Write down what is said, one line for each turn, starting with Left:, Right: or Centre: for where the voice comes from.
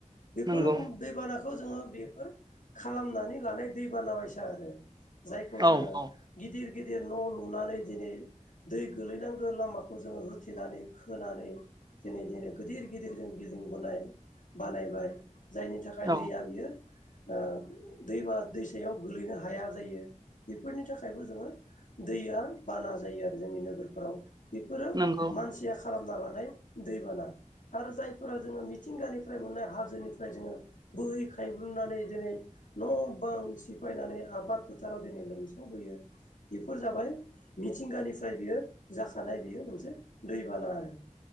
Left: बेफोर
Right: नंगौ
Left: रखम दैबानाखौ जोङो बेफोर खालामनानै लानाय दै बाना बायसा आरो। जायखौ
Right: औ
Left: जोङो
Right: औ
Left: गिदिर गिदिर न' लुना दिनै दै गोलैनांगौ लामाखौ जोङो होथेनानै खोनानै जै जनो गिदिर गिदिरजों बिल्डिं ब बानायबाय जायनि थाखाय
Right: औ
Left: दैया बियो ओ दैमा दैसायाव गोलैनो हाया जायो। बेफोरनि थाखायबो जोङो दैया बाना जायो आरो जोंनि नोगोरफोराव। बेफोरो
Right: नंगौ
Left: मानसिया खालामना लानाय दैबाना आरो जायफोरा जोङो मिथिंगानिफ्राय मोननाय हाजोनिफ्राय जोङो बोहै खायब्लनानै जेरै न' बां सिफायनानै आबाद फोथाराव दिनै लोमसावबोयो बेफोर जाबाय मि थिंगानिफ्राय बियो जाखानाय बेयो मोनसे दैबाना आरो